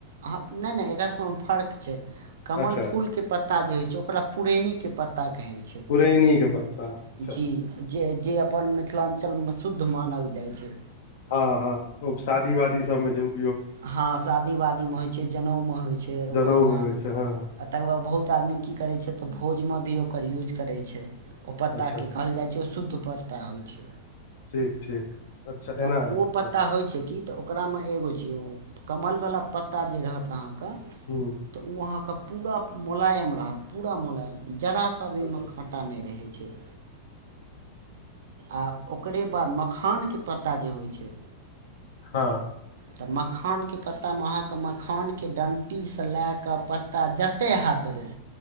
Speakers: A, on the right; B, on the left.
A: हँ नयि नयि एकरा सब फर्क छै कमल
B: अच्छा
A: फूलके पत्ता जे होइ छै ओकरा पुरेनीके पत्ता कहै छै।
B: पुरेनी के पत्ता अच्छा
A: जी जे-जे अपन मिथिलांचल में शुद्ध मानल जाइ छै।
B: हँ-हँ ओ शादी वादी सबमे जे उ
A: हँ शादी वादीमे होइ छै, जनउमे होइ छै ओकर
B: जनउ
A: काम।
B: मे होइ छै हँ
A: आ तकर बाद बहुत आदमी की करै छै तऽ भोजमे भी ओकर यूज करै छै। ओ पत्ताके
B: अच्छा
A: कहल जाइ छै ओ शुद्ध पत्ता होइ छै।
B: ठीक ठीक अच्छा
A: तऽ
B: एना
A: ओ
B: अच्छा
A: पता
B: अच्छा
A: होइ छै की तऽ ओकरा मे एगो छै ओ कमल वला पत्ता जे रहत अहाँके
B: हम्म
A: तऽ ओ अहाँके पूरा मोलायम रहत पूरा मोलायम जरा सा भी
B: अच्छा
A: एयि में ख ता नै रहै छै। आ ओकरे बाद मखान के पत्ता जे होइ छै,
B: हँ।
A: तऽ मखान के पत्ता म अहाँक मखान के डण्टी सँ लेए कऽ पत्ता जत्तै हाथ देबै